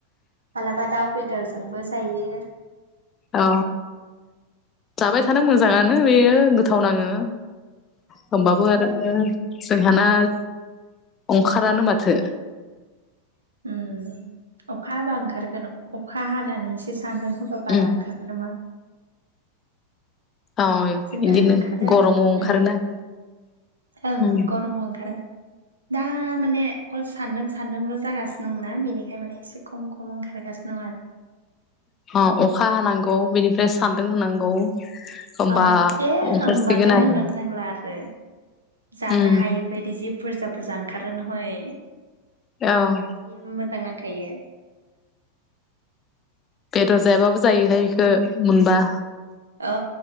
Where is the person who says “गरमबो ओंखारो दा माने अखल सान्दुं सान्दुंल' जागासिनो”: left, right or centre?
Right